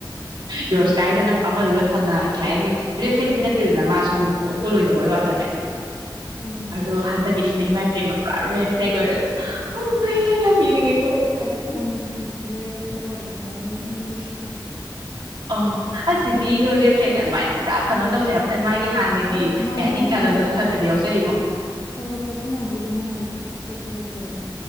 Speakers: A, on the right; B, on the left.
A: ꯌꯔꯁꯀꯥꯏꯗꯅ ꯑꯃꯗꯨꯅ ꯐꯅ ꯀꯩ ꯍꯥꯏꯅꯤ ꯦꯐ꯭ꯂꯦꯛꯇꯤꯡ ꯅꯠꯇꯦꯗꯅ ꯃꯥ ꯁꯨꯝ ꯀꯨꯜ ꯂꯣꯏꯖꯕꯒꯤ ꯋꯥꯇꯅꯦ
B: ꯎꯝ
A: ꯑꯣ ꯍꯗꯒꯦ ꯏꯥꯏ ꯏ ꯄꯦꯝ ꯑꯃ ꯄꯨꯔꯥ ꯔꯦ ꯐ꯭ꯂꯦꯛ ꯑꯣꯏꯔꯦ ꯍ ꯃ ꯌꯥꯝꯃꯤꯅꯤꯉꯦ
B: ꯀ ꯐꯪꯒꯤꯤ ꯀꯤꯅꯔꯦꯦ ꯑꯗꯨꯅ ꯑꯩꯅ ꯅꯣꯛꯅꯤꯡꯗꯨꯨꯁꯤ
A: ꯑ ꯑꯁ ꯑꯗꯨꯗꯤꯤꯗꯧꯔꯦ ꯐ꯭ꯂꯦꯛꯅ ꯑꯗꯨꯃꯥꯏꯅ ꯄꯨꯔꯥ ꯀꯟꯅꯣ ꯇꯧꯖꯦꯕ ꯃꯥꯥꯏ ꯍꯥꯟꯅꯒꯤ
B: ꯑꯗꯣ ꯃꯥꯟꯗꯤ
A: ꯌꯥꯩꯅꯤ
B: ꯃꯥꯜꯂꯤꯀꯣ
A: ꯀꯥꯟꯂꯝꯗꯨꯗ ꯈꯔ ꯈꯔꯗꯤ ꯌꯥꯎꯖꯔꯤꯉꯣ
B: ꯇꯧꯔꯛꯄꯗ ꯃꯥꯟꯗꯤ ꯑꯗꯨꯝ ꯃꯥꯜꯂꯤꯀꯣ ꯇꯧꯊꯣꯔꯛꯄꯗ